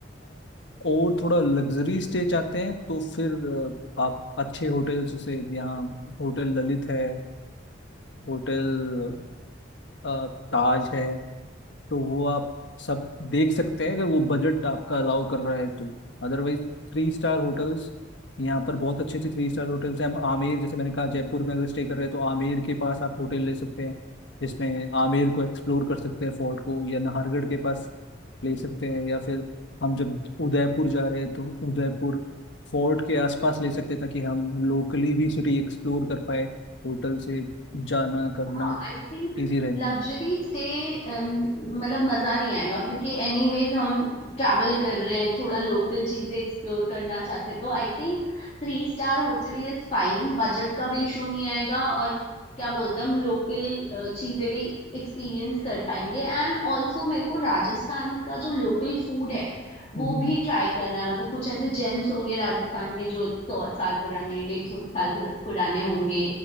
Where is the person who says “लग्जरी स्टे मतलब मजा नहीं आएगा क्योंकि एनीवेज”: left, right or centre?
Left